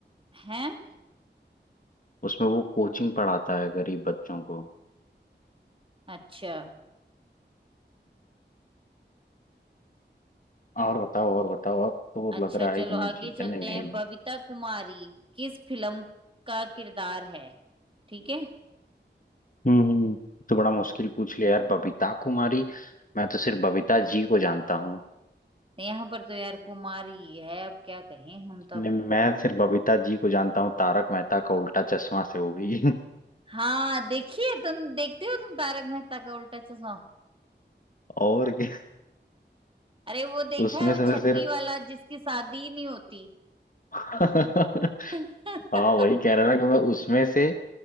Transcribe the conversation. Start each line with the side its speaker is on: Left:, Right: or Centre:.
Right: हैं
Left: उसमें वो कोचिंग पढ़ाता है गरीब बच्चों को
Right: अच्छा
Left: हाँ, और बताओ और बताओ अब तो
Right: अच्छा
Left: लग रहा
Right: चलो
Left: है कि मैं
Right: आगे
Left: जीतने
Right: चलते
Left: नहीं
Right: हैं
Left: दूंगा
Right: बबीता कुमारी किस फिल्म का किरदार है ठीक है
Left: हम्म तो बड़ा मुश्किल पूछ लिया यार बबीता कुमारी मैं तो सिर्फ बबीता जी को जानता हूँ
Right: यहाँ पर तो यार कुमारी ही है अब क्या कहें हम तो अब-
Left: नहीं, मैं सिर्फ बबीता जी को जानता हूँ तारक मेहता का उल्टा चश्मा से वो भी
Right: हाँ देखिए तुम देखते हो तुम तारक मेहता का उल्टा चश्मा
Left: <laughs> और क्या?
Right: अरे वो देखा
Left: उसमें
Right: है वो
Left: से मैं
Right: छतरी
Left: सिर्फ
Right: वाला जिसकी शादी ही नहीं होती
Left: <laughs>
Right: <laughs>
Left: हाँ वही कह रहा ना कि मैं उसमें से